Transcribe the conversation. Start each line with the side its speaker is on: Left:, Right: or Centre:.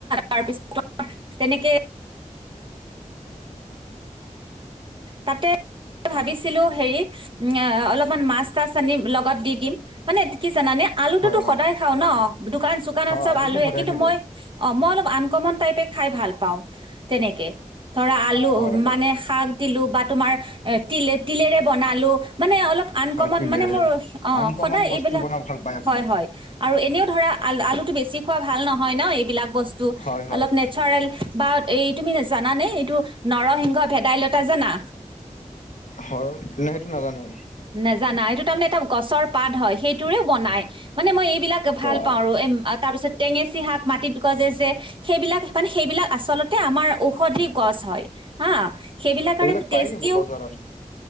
Right: তাৰপিছত তেনেকে তাতে ভাবিছিলো হেৰি <unintelligible> এ অলপমান মাছ তাছ আনি লগত দি দিম মানে কি জানানে আলুটোতো
Left: হয় হয়
Right: সদায় খাওঁ ন দোকান চোকানত
Left: হয়
Right: চব
Left: আৰুতো
Right: আলুৱে
Left: সদায়
Right: কিন্তু
Left: থাকে
Right: মই অ মই অলপ আন অকমান টাইপে খাই ভাল পাওঁ তেনেকে ধৰা আলু-মানে
Left: হয় হয়
Right: শাক দিলো বা তোমাৰ এ' তিলে- তিলেৰে বনালোঁ মানে অলপ আন্‌কমন
Left: হয় ক্লিয়াৰে
Right: মানে মোৰ- অ'
Left: আনকমন
Right: সদায়
Left: বস্তু
Right: এইবিলাক,
Left: বনাই ভাল পায় আপুনি
Right: হয় হয়। আৰু এনেও ধৰা, আল-আলুটো বেছি খোৱা ভাল নহয় ন' এইবিলাক বস্তু- তো
Left: হয় হয়
Right: অলপ নেচাৰেল বা এই তুমি জানানে এইটো নৰসিংহ ভেদাইলতা জানা?
Left: হয় নাই সেইটো নাজানো
Right: নাজানা! এইটো তাৰমানে এটা গছৰ পাত হয় সেইটোৰে বনাই। মানে মই বিলাক ভাল
Left: বা
Right: পাওঁ আৰু- এম্‌ তাৰ পিছত টেঙেচী শাক মাটিত গজে যে সেইবিলাক-মানে- সেইবিলাক আচলতে আমাৰ ঔষধি গছ হয়, হা। সেইবিলাকৰে
Left: এইবিলাক
Right: টেষ্টিও
Left: পায় নেকি বজাৰত?